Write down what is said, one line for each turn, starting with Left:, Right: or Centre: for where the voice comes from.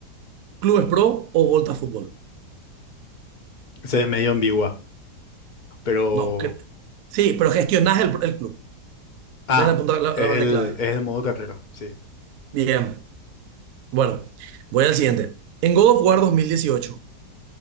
Right: Clubes Pro o Volta Fútbol.
Left: Ese es medio ambigua, pero...
Right: No, cre- sí, pero gestionas el, el club.
Left: Ah,
Right: Esa es la, punta- la-
Left: es
Right: la parte
Left: el,
Right: clave.
Left: es el modo carrera, sí.
Right: Bien, bueno, voy al siguiente. En God of War 2018,